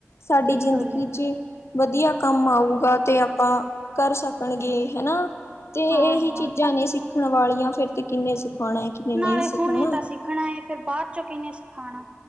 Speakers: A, on the left (about 65°); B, on the right (about 25°).
A: ਸਾਡੀ
B: ਸਹੀ
A: ਜ਼ਿੰਦਗੀ
B: ਗੱਲ ਹੈ
A: ਚ ਵਧੀਆ ਕੰਮ ਆਊਗਾ ਤੇ ਆਪਾਂ। ਕਰ ਸਕਣਗੇ ਹੈਨਾ ਤੇ
B: ਹਾਂ
A: ਇਹੀ
B: ਯਾਰ
A: ਚੀਜ਼ਾਂ ਨੇ। ਸਿੱਖਣ ਵਾਲੀਆਂ ਫਿਰ ਤੇ ਕਿੰਨੇ ਸਿਖਾਣਾ ਹੈ। ਕਿੰਨੇ
B: ਨਾਲੇ
A: ਨਹੀਂ ਸਿਖਾਉਣਾ।
B: ਹੁਣੇ ਤਾਂ ਸਿੱਖਣਾ ਏ ਫਿਰ ਬਾਅਦ ਚੋਂ ਕਿਹਨੇ ਸਿਖਾਉਣਾ।